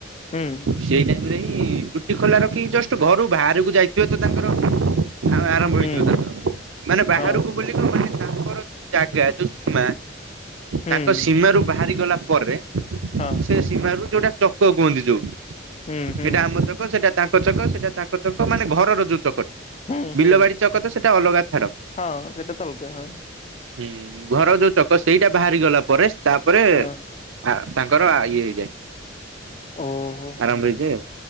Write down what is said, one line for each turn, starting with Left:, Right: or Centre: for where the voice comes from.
Left: ହୁଁ
Right: ସେଇ ଟାଇମ୍ ରେ ହିଁ ଟୁଟି ଖୋଲା ରଖିକି ଜଷ୍ଟ ଘରୁ ବାହାରକୁ ଯାଇଥିବେ ତ ତାଙ୍କର। ହଁ ଆରମ୍ଭ
Left: ହୁଁ
Right: ହେଇଯିବ ତାଙ୍କର ମାନେ ବାହାରକୁ
Left: ହଁ
Right: ବୋଲି କଣ ମାନେ ତାଙ୍କର ଯୋଉ ଜାଗା ଯୋଉ। ସେ
Left: ହୁଁ
Right: ତାଙ୍କ ସୀମାରୁ ବାହାରି ଗଲା ପରେ
Left: ହଁ
Right: ସେ ସୀମାରୁ ଯୋଉଟା ଚକ କୁହନ୍ତି ଯୋଉ
Left: ହୁଁ ହୁଁ
Right: ଏଇଟା ଆମର ତ। ସେଟା ତାଙ୍କ ଚକ ସେଟା ତାଙ୍କ ଚକ ମାନେ ଘରର ଯୋଉ ଚକଟ
Left: ହୁଁ ହୁଁ
Right: ବିଲବାଡି ଚକ। କଥା ସେଟା ଅଲଗା ଛାଡ଼।
Left: ହଁ ସେଇଟା ତ ଅଲଗା ହଁ।
Right: ହୁଁ ଘର ଯୋଉ ଚକ ସେଇଟା ବାହାରି ଗଲା ପରେ ତାପରେ
Left: ହଁ
Right: ଆଉ ତାଙ୍କର ଇଏ ହେଇଯାଏ
Left: ଓହୋ
Right: ଆରମ୍ଭ ହେଇଯାଏ ଆଉ।